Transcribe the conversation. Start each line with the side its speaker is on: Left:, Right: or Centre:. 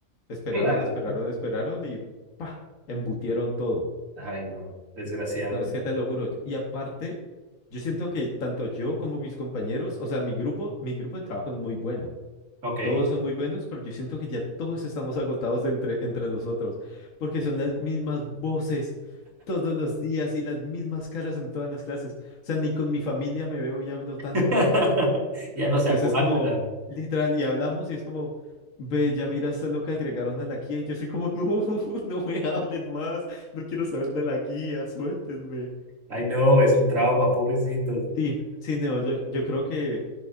Left: esperaron,
Right: claro.
Left: esperaron, esperaron y pa, embutieron todo.
Right: Ay, no, desgraciado.
Left: No, es que te lo juro. yo- Y aparte, yo siento que tanto yo como mis compañeros, o sea, mi grupo, mi grupo de trabajo es muy bueno.
Right: Ok.
Left: Todos son muy buenos, pero yo siento que ya todos estamos agotados de entre, entre nosotros, porque son las mismas voces todos los días y las mismas caras en todas las clases. O sea, ni con mi familia me veo y hablo
Right: <laughs>
Left: tanto.
Right: Ya no
Left: Entonces
Right: se aguantan.
Left: es como, literal, y hablamos y es como, ve, ya miraste lo que agregaron a la guía y yo soy como, no, <laughs> no me hablen más, no quiero saber de la guía, suéltenme.
Right: Ay, no, es un trauma, pobrecitos.
Left: Sí, sí, no, yo, yo creo que